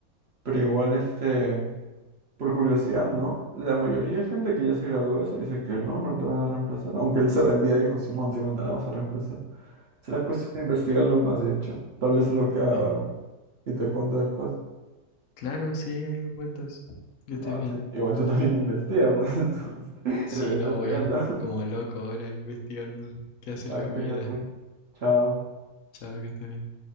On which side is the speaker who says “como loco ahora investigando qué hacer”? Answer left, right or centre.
Left